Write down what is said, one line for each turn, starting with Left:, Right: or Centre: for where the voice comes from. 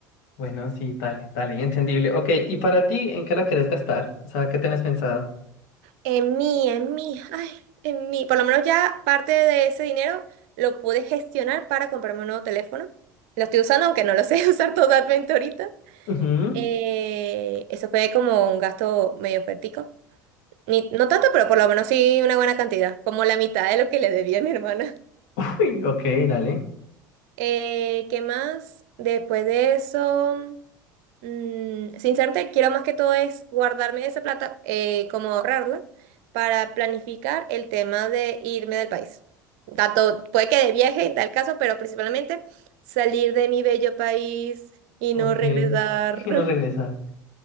Left: Bueno, sí, dale, dale, entendible. Ok, ¿y para ti en qué la querés gastar? O sea, ¿qué tenés pensado?
Right: En mí, en mí, ay, en mí. Por lo menos ya parte de ese dinero lo pude gestionar para comprarme un nuevo teléfono. Lo estoy usando, aunque no lo sé <laughs> usar totalmente ahorita.
Left: Ujú.
Right: Eh, eso fue como un gasto medio fuertico. Ni, no tanto, pero por lo menos sí una buena cantidad, como la mitad de lo que le debía a mi hermana.
Left: Uy, ok, dale.
Right: Eh, ¿qué más? Después de eso, mm, sinceramente, quiero más que todo es guardarme esa plata, eh, como ahorrarla, para planificar el tema de irme del país. Tanto puede que de viaje en tal caso, pero principalmente salir de mi bello país y
Left: Ok.
Right: no regresar.
Left: <laughs> Y no regresar.
Right: <laughs>